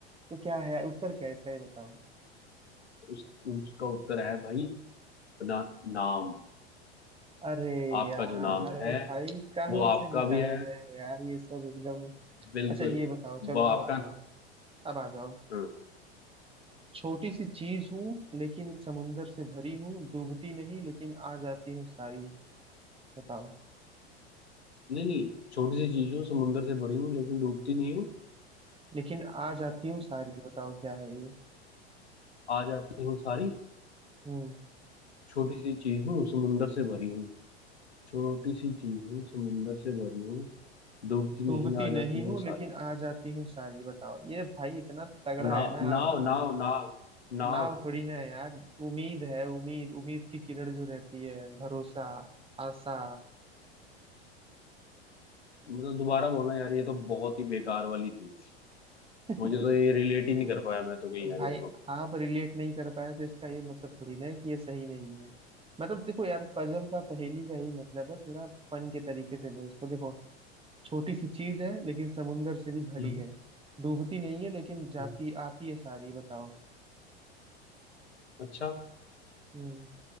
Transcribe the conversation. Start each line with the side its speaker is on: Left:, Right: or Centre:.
Right: तो क्या है उत्तर क्या है इसका ये बताओ
Left: उस उसका उत्तर है भाई ना, नाम
Right: अरे
Left: आपका
Right: यार
Left: जो नाम है
Right: भाई कहाँ
Left: वो आपका
Right: से निकाल
Left: भी है
Right: रहे हो यार ये सब एकदम
Left: बिल्कुल
Right: अच्छा ये बताओ चलो
Left: वो आपका
Right: अब आ जाओ अब आ जाओ
Left: हाँ
Right: छोटी सी चीज हूँ लेकिन समुंदर से भरी हूँ डूबती नहीं लेकिन आ जाती हूँ सारी बताओ
Left: नहीं नहीं छोटी सी चीज हूँ समुंदर से बड़ी हूँ लेकिन डूबती नहीं हूँ
Right: लेकिन आ जाती हूँ सारी बताओ क्या है ये
Left: आ जाती हूँ सारी
Right: हम्म
Left: छोटी सी चीज हूँ समुंदर से भरी हूँ छोटी सी चीज हूँ समुंदर से भरी हूँ डूबती नहीं
Right: डूबती
Left: आ
Right: नहीं
Left: जाती हूँ
Right: हूँ
Left: सारी
Right: लेकिन आ जाती हूँ सारी बताओ ये भाई इतना तगड़ा
Left: नाव
Right: है ना आप
Left: नाव नाव नाव नाव
Right: नाव थोड़ी ना है यार उम्मीद है उम्मीद उम्मीद की किरण जो रहती है भरोसा आशा
Left: मतलब दोबारा बोलना यार ये तो बहुत ही बेकार वाली थी
Right: <laughs>
Left: मुझे तो ये रिलेट ही नहीं कर पाया मैं तो कहीं यार
Right: भाई
Left: इसको
Right: आप रिलेट नहीं कर पाए तो इसका ये मतलब थोड़ी ना है कि ये सही नहीं है मतलब देखो यार पजल का पहेली का ही मतलब है थोड़ा फन के तरीके से लो इसको देखो छोटी सी चीज है लेकिन समुंदर से भी भरी
Left: हम्म
Right: है डूबती नहीं है लेकिन जाती
Left: हम्म।
Right: आती है सारी बताओ
Left: अच्छा
Right: हम्म